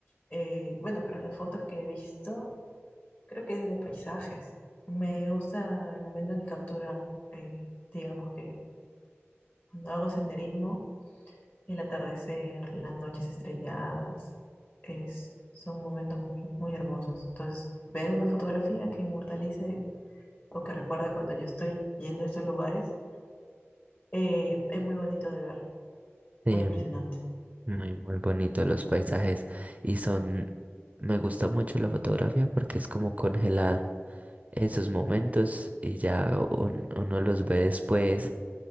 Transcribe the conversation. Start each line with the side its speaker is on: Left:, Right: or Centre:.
Left: eh, bueno, pero las fotos que he visto, creo que es de paisajes. Me gusta el momento en que capturan, eh, digamos que cuando hago senderismo, el atardecer, las noches estrelladas, es, son momentos muy, muy hermosos. Entonces, ver una fotografía que inmortalice o que recuerde cuando yo estoy yendo a estos lugares, eh, es muy bonito de ver,
Right: Sí,
Left: muy impresionante.
Right: muy, muy bonito los paisajes y son, me gusta mucho la fotografía porque es como congelar esos momentos y ya un- uno los ve después